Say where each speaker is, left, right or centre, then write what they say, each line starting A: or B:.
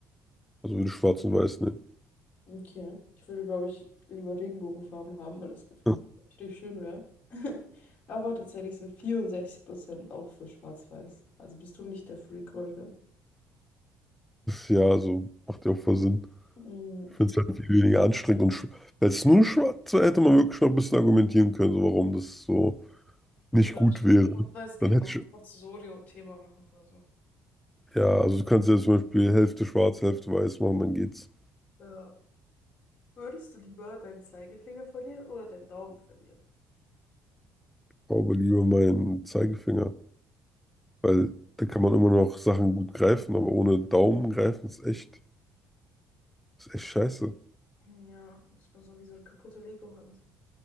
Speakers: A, in the centre; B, on the left.
A: Also würde ich schwarz und weiß nehmen.
B: okay. Ich würde, glaube ich, lieber Regenbogenfarben haben, weil das einfach
A: <laughs>
B: richtig schön wäre. <laughs> Aber tatsächlich sind 64% auch für Schwarz-Weiß. Also bist du nicht der Freak heute.
A: Ja, so macht ja auch voll Sinn.
B: Mm,
A: Ich finde es halt viel weniger anstrengend. Und sch- wenn es nur schwarz wäre, hätte man wirklich noch ein bisschen argumentieren können, so warum das so
B: Ja,
A: nicht gut wäre.
B: es geht
A: Dann hätte
B: noch
A: ich,
B: Pozzorio-Thema machen oder so.
A: ja, also du kannst ja zum Beispiel Hälfte schwarz, Hälfte weiß machen, dann geht's.
B: Ja. Würdest du lieber deinen Zeigefinger verlieren oder deinen Daumen verlieren?
A: Aber lieber meinen Zeigefinger, weil da kann man immer noch Sachen gut greifen, aber ohne Daumen greifen ist echt, ist echt scheiße.
B: Ja. Das ist so wie so eine kaputte Lego-Hand.